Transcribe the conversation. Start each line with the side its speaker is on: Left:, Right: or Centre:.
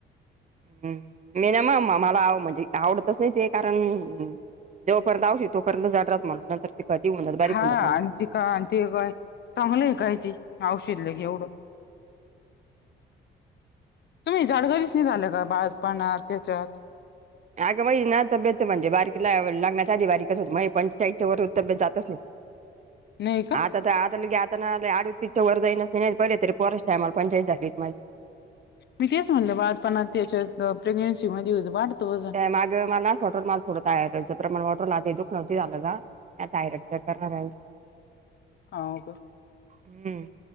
Right: हम्म मी ना म मला म्हणजे आवडतच नाही ते कारण जो पर्यंत औषध तोपर्यंत जाडच म्हणत नंतर ते खटी होऊन जात बारीक
Left: हा
Right: होऊन
Left: आणि
Right: जात
Left: ते का आणि ते काय चांगलंय काय ते औषध लय एवढं. तुम्ही जाड कधीच नाही का झाल्या का बाळपणात त्याच्यात?
Right: अगं मई ना तब्येत म्हणजे बारीकला लग्नाचा आधी बारीकच होत पंचाईच्या वर हो तब्ब्येत जातच नाही
Left: नाही का?
Right: आठ आता लय ग आता ना आडउतीच्या वर जाईन नसते पहिले तरी पोरस टायमाला पंचायत झालीत म.
Left: मी तेच म्हणलं बाळात पणात त्याच्यात प्रेग्नेन्सी मध्ये वाढतोच.
Right: मागं मलास वॉटर माल थोडं तयार करायच प्रमाण वॉटरल ते दुख नव्हती झालं गं. या थायरॉइड चेक करणार आहे.
Left: हाव का?
Right: हम्म.